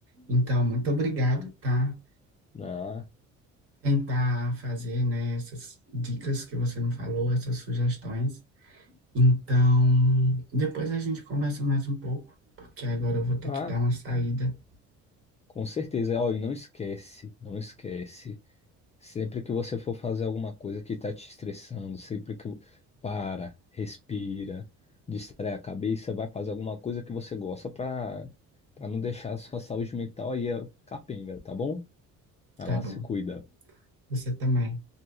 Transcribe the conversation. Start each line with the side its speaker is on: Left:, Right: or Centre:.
Right: Então, muito obrigado, tá?
Left: ah,
Right: Tentar fazer, né, essas dicas que você me falou, essas sugestões. Então, depois a gente conversa mais um pouco, porque agora eu vou ter
Left: ah,
Right: que dar uma saída,
Left: com certeza. Ó, e não esquece, não esquece. Sempre que você for fazer alguma coisa que está te estressando, sempre que para, respira, distrai a cabeça, vai fazer alguma coisa que você gosta para para não deixar a sua saúde mental aí ó, capenga, tá bom? Vai
Right: tá
Left: lá,
Right: bom?
Left: se cuida.
Right: Você também.